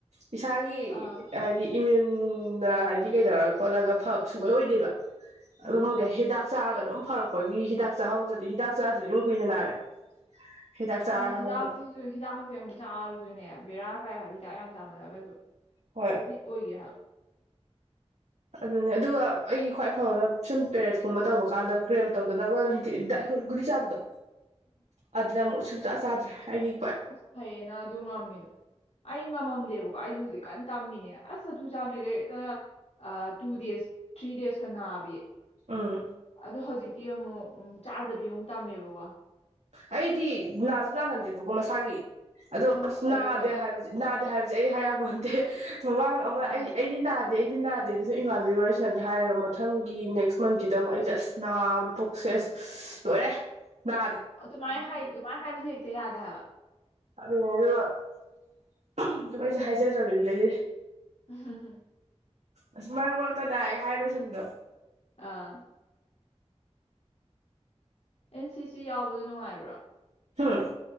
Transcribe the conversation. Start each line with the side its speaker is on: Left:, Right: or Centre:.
Right: ꯏꯁꯥꯒꯤ
Left: ꯑꯥ
Right: ꯍꯥꯏꯗꯤ ꯏꯃ꯭ꯌꯨꯟꯅ ꯍꯥꯏꯕꯗꯤ ꯀꯩꯗꯧꯔꯒ ꯈꯣꯠꯂꯒ ꯐꯕ ꯁꯨꯡꯑꯣꯏ ꯑꯣꯏꯗꯦꯕ
Left: ꯎꯝ
Right: ꯑꯗꯨ ꯈꯪꯗꯦ ꯍꯤꯗꯥꯛ ꯆꯥꯔꯒ ꯑꯗꯨꯝ ꯐꯔꯛꯄꯒꯤ ꯍꯤꯗꯥꯛ ꯆꯥꯍꯧꯗ꯭ꯔꯗꯤ ꯍꯤꯗꯥꯛ ꯆꯥꯗ꯭ꯔꯗꯤ ꯑꯗꯨꯝ ꯀꯨꯏꯅ ꯅꯥꯔꯦ ꯍꯤꯗꯥꯛ ꯆꯥꯔꯒꯅ
Left: ꯃꯥ ꯍꯤꯗꯥꯛꯁꯤꯁꯨ ꯍꯤꯗꯥꯛꯁꯦ ꯑꯃꯨꯛ ꯆꯥꯔꯨꯁꯨꯅꯦ ꯕꯦꯔꯥ ꯀꯥꯏ ꯍꯤꯗꯥꯛ ꯌꯥꯝ ꯆꯥꯃꯜꯂꯒꯁꯨ
Right: ꯍꯣꯏ
Left: ꯍꯦꯕꯤꯠ ꯑꯣꯏꯒꯤ ꯍꯥꯏꯕ
Right: ꯑꯗꯨꯅꯦ ꯑꯗꯨꯒ ꯑꯩꯒꯤ ꯈ꯭ꯋꯥꯏ ꯐꯕꯅ ꯁꯨꯝ ꯄꯦꯔꯦꯠꯀꯨꯝꯕ ꯇꯧꯕ ꯀꯥꯟꯗ ꯀ꯭ꯔꯦꯝ ꯇꯧꯗꯅꯕ ꯒꯨꯂꯤ ꯆꯥꯕꯗꯣ ꯑꯗ꯭ꯔꯝꯃꯨꯛ ꯆ ꯆꯥꯗ꯭ꯔꯦ ꯑꯩꯗꯤ
Left: ꯑꯣꯁ ꯐꯩꯌꯦꯅ ꯑꯗꯨ ꯉꯝꯃꯤꯗꯣ ꯑꯩ ꯉꯝꯃꯝꯗꯦꯕꯀꯣ ꯑꯩꯁꯨ ꯍꯧꯖꯤꯛ ꯀꯟꯅ ꯇꯝꯃꯤꯅꯦ ꯑꯁ ꯑꯗꯨ ꯆꯥꯗ꯭ꯔꯤꯈꯩ ꯍꯦꯛꯇ ꯇꯨ ꯗꯦꯖ ꯊ꯭ꯔꯤ ꯗꯦꯖꯀ ꯅꯥꯕꯤ
Right: ꯎꯝ
Left: ꯑꯗꯣ ꯍꯧꯖꯤꯛ ꯇꯤ ꯑꯃꯨꯛ ꯆꯥꯗꯕꯤ ꯑꯃꯨꯛ ꯇꯝꯃꯦꯕꯀꯣ
Right: ꯑꯩꯗꯤ ꯅꯥꯁꯨ ꯅꯥꯒꯟꯗꯦꯕꯀꯣ ꯃꯁꯥꯒꯤ ꯑꯗꯣ
Left: ꯎꯝ
Right: ꯑꯁ
Left: ꯐꯩꯌꯦ
Right: ꯅꯥꯗꯦ
Left: ꯐꯩꯌꯦ
Right: ꯍꯥꯏꯕꯁꯤ ꯅꯥꯗꯦ ꯍꯥꯏꯕꯁꯦ ꯑꯩ ꯍꯥꯏꯌꯥꯄꯣꯟꯇꯦ ꯑꯉꯥꯡ ꯑꯃ
Left: ꯃꯥꯅꯦ
Right: ꯑꯩ ꯑꯩꯗꯤ ꯅꯥ ꯗꯤ ꯑꯩꯗꯤ ꯅꯥꯗꯦ ꯑꯗꯨ ꯁꯨꯝ ꯏꯃꯥꯟꯕꯤꯒꯤ ꯋꯥꯔꯤꯁꯅꯕꯗꯁꯨ ꯍꯥꯏꯔꯒ ꯃꯊꯪꯒꯤ ꯅꯦꯛꯁ ꯃꯟꯠꯀꯤꯗ ꯑꯩꯁꯦ ꯑꯁ ꯅꯥꯕ ꯄꯣꯛꯁꯦ ꯂꯣꯏꯔꯦ ꯅꯥ
Left: ꯑꯗꯨꯃꯥꯏꯅ ꯍꯥꯏ ꯑꯗꯨꯃꯥꯏꯅ ꯍꯥꯏꯕꯁꯤ ꯍꯦꯛꯇ ꯌꯥꯗꯦ ꯍꯥꯏꯕ
Right: ꯑꯗꯨꯃꯥꯏꯅ ꯑꯗꯨ ꯑꯩꯁꯦ ꯍꯥꯏꯖꯗ꯭ꯔꯕꯅꯦ ꯑꯗꯨꯗꯩꯒꯤ
Left: ꯍꯝ
Right: ꯑꯁ ꯃꯔꯛ ꯃꯔꯛꯇ ꯅꯥꯏ ꯍꯥꯏꯔ ꯂꯣꯏꯁꯟꯕꯗꯣ
Left: ꯑꯥ ꯑꯦꯟ ꯁꯤꯁꯤ ꯌꯥꯎꯕꯗꯨ ꯅꯨꯡꯉꯥꯏꯕ꯭ꯔꯥ
Right: ꯍꯥꯥ